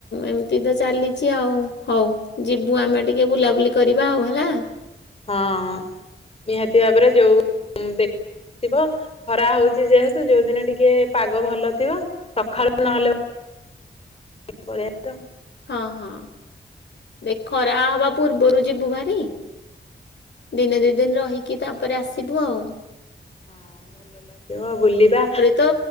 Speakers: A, on the left (about 70°); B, on the left (about 30°).
A: ଏମିତି ତ ଚାଲିଛି ଆଉ। ହଉ ଯିବୁ ଆମେ ଟିକେ ବୁଲାବୁଲି କରିବା ଆଉ ହେଲା।
B: ହଁ ନିହାତି ଭାବରେ ଯୋଉ ଦେଖେ ଥିବ ଖରା ହଉଚି ଯେହେତୁ ଯୋଉ ଦିନ ଟିକେ ପାଗ ଭଲ ଥିବ ସକାଳୁ ନହେଲେ ପଳିଆ ତ।
A: ହଁ ହଁ ଦେଖେ ଖରା ହବା ପୂର୍ବରୁ ଯିବୁ ଭାରି। ଦିନେ ଦି ଦିନି ରହିକି ତାପରେ ଆସିବୁ ଆଉ।
B: ହଁ ଭଲ ଲାଗିବ ବୁଲିବା।
A: ତୋ